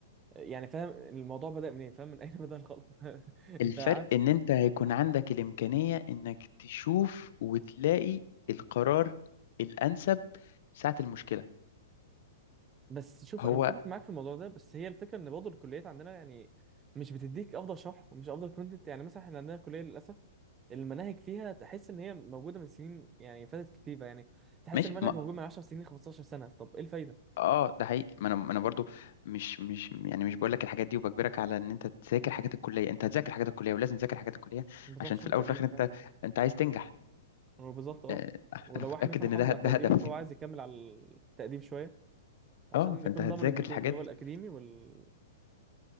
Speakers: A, on the right (about 20°); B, on the left (about 60°).
A: يعني فاهم الموضوع بدأ منين فاهم من اين بدأ الخلق <laughs>
B: الفرق
A: انت عارف
B: ان انت هيكون عندك الامكانية انك تشوف وتلاقي القرار الانسب ساعة المشكلة
A: بس شوف
B: هو
A: انا متفق معاك في الموضوع ده بس هي الفكره ان برضه الكليات عندنا يعني مش بتديك افضل شرح ومش افضل كونتنت يعني مثلا احنا عندنا كليه للاسف المناهج فيها تحس ان هي موجوده من سنين يعني فاتت كتيره يعني تحس
B: مش
A: ان المنهج
B: ما
A: موجود من 10 سنين 15 سنه طب ايه الفايده؟
B: اه ده حقيقي ما انا ما انا برضو مش مش يعني مش بقول لك الحاجات دي وبجبرك على ان انت تذاكر حاجات الكليه انت هتذاكر حاجات الكليه ولازم تذاكر حاجات الكليه
A: بالظبط
B: عشان
A: عشان
B: في الاول
A: تقدير
B: وفي الاخر انت
A: فاهم
B: انت عايز تنجح
A: بالظبط اه
B: آه،
A: ولو
B: انا متاكد
A: واحد مثلا
B: ان
A: محافظ
B: ده
A: على
B: ده
A: تقديره
B: هدف
A: فهو عايز يكمل على التقدير شويه عشان
B: اه فانت
A: يكون
B: هتذاكر
A: ضامن الجهتين
B: الحاجات
A: اللي هو الاكاديمي والتاني